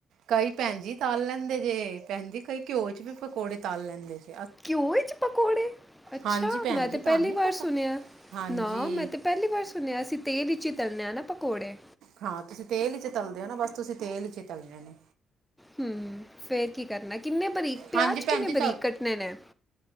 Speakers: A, on the right; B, in the centre.
A: ਬਾਈ ਭੈਣ ਜੀ ਤਾਲ ਲੈਂਦਾ ਦੇ ਦੇ, ਕਈ ਭੈਣਜੀ ਕਈ ਘਿਓ'ਚ ਪਕੌੜੇ ਤਾਲ ਲੈਂਦੇ ਨੇ।
B: ਘਿਓ ਵਿਚ ਪਕੌੜੇ ਅੱਛਾ
A: ਹਾਂਜੀ ਭੈਣ
B: ਮੈਂ
A: ਜੀ
B: ਤੇ
A: ਤੁਹਾਨੂੰ
B: ਪਹਿਲੀ
A: ਨੀ
B: ਵਾਰ
A: ਪਤਾ
B: ਸੁਣਿਆ
A: ਹਾਂਜੀ
B: ਨਾ ਮੈਂ ਤੇ ਪਹਿਲੀ ਵਾਰ ਸੁਣਿਆ ਅਸੀਂ ਤੇਲ ਵਿਚ ਹੀ ਤਲਨੇ ਆ ਨਾ ਪਕੌੜੇ।
A: ਹਾਂ ਤੁਸੀਂ ਤੇਲ ਚ ਤਲਦੇ ਹੋ ਨਾ ਬਸ ਤੁਸੀਂ ਤੇਲ ਚ ਹੀ ਤਲਣੇ ਨੇ।
B: ਹੂੰ ਫੇਰ ਕੀ ਕਰਨਾ ਕਿੰਨੇ ਬਰੀਕ ਪਿਆਜ
A: ਹਾਂਜੀ
B: ਕਿੰਨੇ
A: ਭੈਣ ਜੀ
B: ਬਰੀਕ ਕੱਟਣੇ ਨੇ